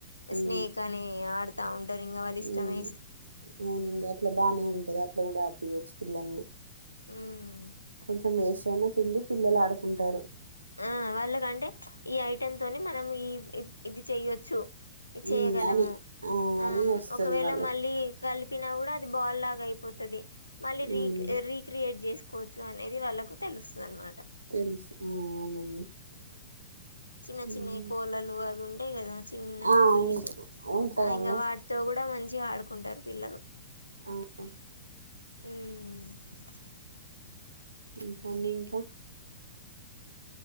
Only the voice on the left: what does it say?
స్నేక్ అని ఆడుతా ఉంటారు ఇంకా వాళ్ళ ఇష్టమే
ఉం
ఆ వాళ్ళకంటే ఈ ఐటెమ్ తోనే మనం ఈ ఇది చెయొ చు ఇది చేయగలము
ఉం
ఒకవేళ
మళ్ళీ కలి ఇప్పినా కూడా అది బాల్ లాగా అయిపోతుది మళ్ళీ రీకి
రీక్రియేట్ చేసు కోవచ్చు అనేది వాళ్ళలకు తెలుస్తుంది అనమ
మ్ చిన్న
చిన్నవి కోళలు అవి ఉ టే కదా చిన్న
పూరీకు
ఇంగ వాటితో కూడా మం చిగా ఆడుకుంటారు పిల్లలు
ఉమ్